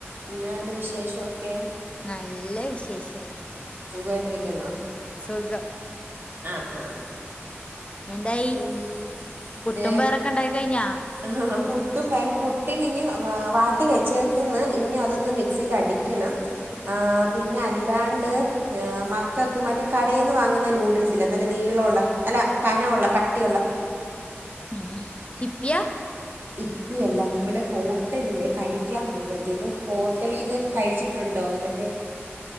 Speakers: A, on the right; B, on the left.
A: പിന്നണ്ട് വിശേഷംക്കെ
B: നല്ല വിശേഷം
A: സുഖമായിട്ടിരിക്കുന്നോ.
B: സുഖം
A: ആഹ് ആഹ്
B: എന്തായി
A: പിന്നെ
B: പുട്ടും
A: ദേ
B: പേറൊക്കെ ഉണ്ടായി കഴിഞ്ഞാ
A: ആഹ് പുട്ടുംപയും പുട്ടിനിന് വാ വാട്ടി വെച്ചേക്കന്ന് ഇനി അതൊന്ന് മിക്സിൽ അടിക് വക്കണം ആഹ് പിന്നെ അല്ലാണ്ട് മക്കൾക്ക് മറ്റേ കടേന്ന് വാങ്ങുന്ന നൂഡിൽസില്ലെ നല്ല നീളവുള്ള അല്ല കനവുള്ള കട്ടിയുള്ള
B: ഉം ഇപ്പിയ
A: ഇപ്പിയല്ല നമ്മള് ഹോട്ടലില് കഴിക്കാൻ പോകുമ്പോഴത്തേക്കും ഹോ ട്ടലീന്ന് കഴിച്ചിട്ടുണ്ടോ മറ്റേ